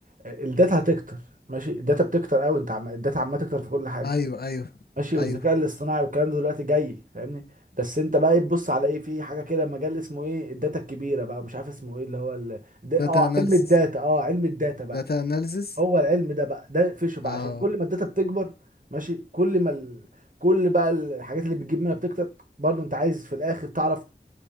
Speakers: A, on the right; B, on the left.
A: الداتا هتكتر ماشي الداتا بتكتر قوي انت عم... الداتا عماله تكتر في كل حاجه
B: ايوه ايوه
A: ماشي والذكاء
B: ايوه
A: الاصطناعي والكلام ده دلوقتي جاي فاهمني بس انت بقى إيه تبص على ايه في حاجه كده مجال اسمه ايه الداتا الكبيره بقى مش عارف اسمه ايه اللي هو ال... ده...
B: داتا
A: اه
B: اناليسس
A: علم الداتا اه علم الداتا بقى
B: داتا اناليسس
A: هو العلم ده بقى ده فيشه بقى
B: اه
A: عشان كل ما الداتا بتكبر ماشي كل ما ال... كل بقى الحاجات اللي بتجيب منها بتكتر برضو انت عايز في الاخر تعرف